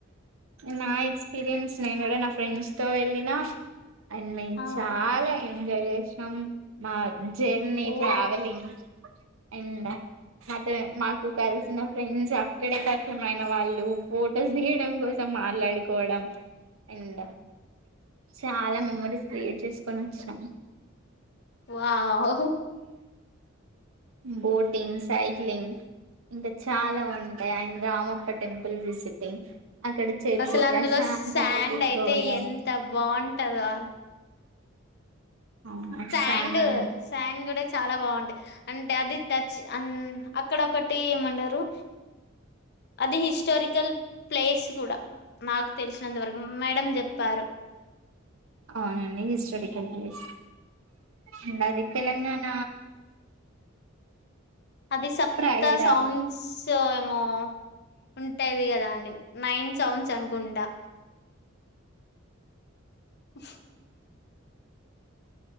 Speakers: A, on the right (about 90°); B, on the left (about 55°).
A: నా ఎక్స్పీరియన్స్ నేను కూడ నా ఫ్రెండ్స్ తో వెళ్ళిన అండ్ మేం
B: ఆ
A: చాలా ఎంజాయ్ చేసినాం మాద్ జర్నీ
B: ఓ
A: ట్రావెలింగ్ అండ్ మాతో మాకు కలిసిన ఫ్రెండ్స్ అక్కడే పరిచయం అయ్ న వాళ్ళు ఫొటోస్ తీయడం కోసం మాట్లాడుకోవడం అండ్ చాలా మెమోరీస్ క్రియేట్ చేసుకొని వచ్చాం
B: వావ్
A: బోటింగ్ సైక్లింగ్ ఇంకా చాలా ఉంటాయి అండ్ రామం ఇక టెంపుల్ విసిటింగ్ అక్కడ చెట్లు
B: అసలు
A: ప్రశాంతంగా
B: అందులో శాండ్
A: కూర్చోవడం
B: అయితే ఎంత బాగుంటదో
A: అవును
B: సాండు
A: సామి
B: సాండ్ కూడా చాలా బాగుంటాయి అంటే అది టచ్ అన్ అక్కడ ఒకటి ఏమంటరు అది హిస్టారికల్ ప్లేస్ కూడా నాకు తెలిసినంతవరకు మేడం చెప్ ప్పారు
A: అవునండి హిస్టారికల్ ప్లేస్ అండ్ అది తెలంగాణ
B: అది సప్త
A: ఫ్రైడా
B: సౌండ్స్ ఏమో ఉంటది కదా అండి నైన్ సౌండ్స్ అనుకుంటా <inaudible>